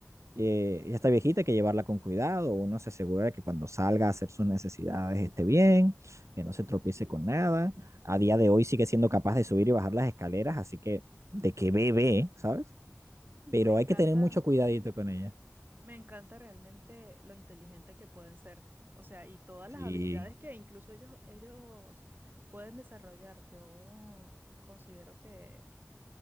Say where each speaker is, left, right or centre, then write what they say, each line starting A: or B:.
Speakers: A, on the right; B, on the right.
A: Eh, ella está viejita, hay que llevarla con cuidado. Uno se asegura de que cuando salga a hacer sus necesidades esté bien, que no se tropiece con nada. A día de hoy sigue siendo capaz de subir y bajar las escaleras, así que de que bebe, ¿sabes?
B: Me
A: Pero
B: encanta.
A: hay que tener mucho cuidadito con ella.
B: Me encanta realmente lo inteligente que pueden ser, o sea, y todas las
A: Sí,
B: habilidades que incluso ellos, ellos pueden desarrollar. Yo considero que